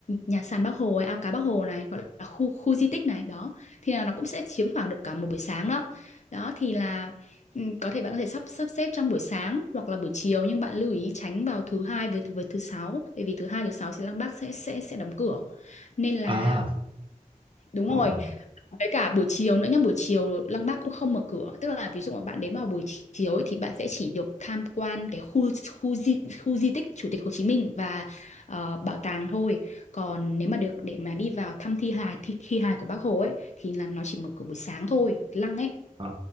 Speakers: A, on the left (about 55°); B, on the right (about 35°).
A: nhà sàn Bác Hồ ấy, ao cá Bác Hồ này gọi là khu khu di tích này đó thì là nó cũng sẽ chiếm khoảng được cả một buổi sáng đó đó thì là ừ, có thể bạn có thể sắp sắp xếp trong buổi sáng hoặc là buổi chiều nhưng bạn lưu ý tránh vào thứ hai với với thứ sáu bởi vì thứ hai thứ sáu sẽ là bác sẽ sẽ sẽ đóng cửa nên là
B: à
A: Đúng
B: ồ
A: rồi.
B: ồ.
A: Với cả buổi chiều nữa nhá, buổi chiều Lăng Bác cũng không mở cửa. Tức là ví dụ mà bạn đến vào buổi chiều ấy, thì bạn sẽ chỉ được tham quan cái khu khu di, khu di tích Chủ tịch Hồ Chí Minh và ờ, bảo tàng thôi. Còn nếu mà được để mà đi vào thăm thi hài thi, thi hài của Bác Hồ ấy thì là nó chỉ mở cửa buổi sáng thôi, cái Lăng ấy.
B: À,